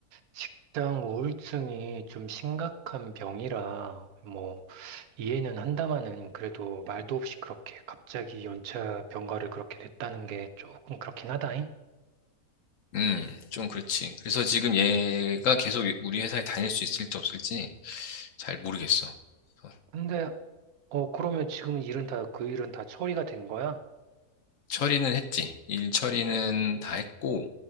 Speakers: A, on the right (about 75°); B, on the left (about 65°).
A: 식당 우울증이 좀 심각한 병이라, 뭐, 이해는 한다마는 그래도 말도 없이 그렇게 갑자기 연차 병가를 그렇게 냈다는 게 조금 그렇긴 하다잉.
B: 음, 좀 그렇지. 그래서 지금 얘가 계속 우리 회사에 다닐 수 있을지 없을지 잘 모르겠어. 그래서
A: 근데, 어, 그러면 지금 일은 다, 그 일은 다 처리가 된 거야?
B: 처리는 했지. 일 처리는 다 했고,